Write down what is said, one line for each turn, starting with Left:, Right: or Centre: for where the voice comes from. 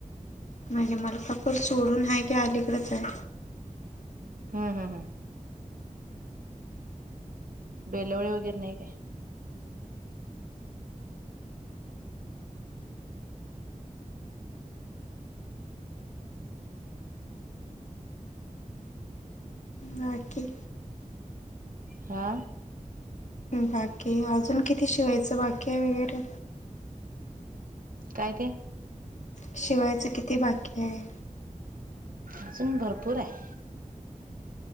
Left: म्हणजे मलकापर सोडून आहे, का अलीकडचं आहे?
Right: ह ह ह. बेलवळे वगैरे नाही, काय?
Left: बाकी
Right: हा.
Left: बाकी अजून किती शिवायचं बाकी आहे, वगैर?
Right: काय ते?
Left: शिवायचं किती, बाकी आहे?
Right: अजून भरपूर आहे.